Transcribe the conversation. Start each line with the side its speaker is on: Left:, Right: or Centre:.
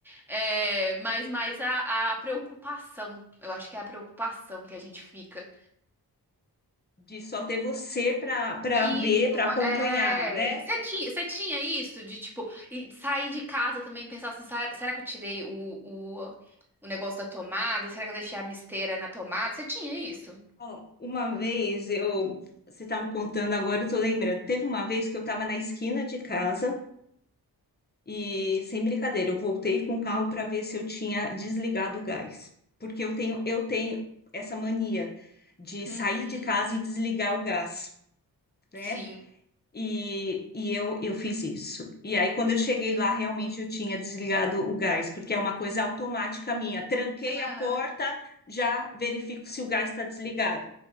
Centre: É, mas mais a, a preocupação. Eu acho que é a preocupação que a gente fica.
Left: De só ter você para para
Centre: Isso,
Left: ver, para acompanhar,
Centre: é.
Left: né?
Centre: Você tinha, você tinha isso de, tipo, e sair de casa também e pensar assim: "Sa- será que eu tirei o, o, o negócio da tomada? Será que eu deixei a misteira na tomada? Você tinha isso?
Left: Ó, uma vez eu, você estava me contando agora, eu tô lembrando. Teve uma vez que eu estava na esquina de casa e, sem brincadeira, eu voltei com o carro para ver se eu tinha desligado o gás, porque eu tenho eu tenho essa mania de sair
Centre: Uhum,
Left: de casa e desligar o gás. né?
Centre: sim.
Left: E, e eu, eu fiz isso. E aí, quando eu cheguei lá, realmente eu tinha desligado o gás, porque é uma coisa automática minha. Tranquei
Centre: Aham.
Left: a porta, já verifico se o gás está desligado.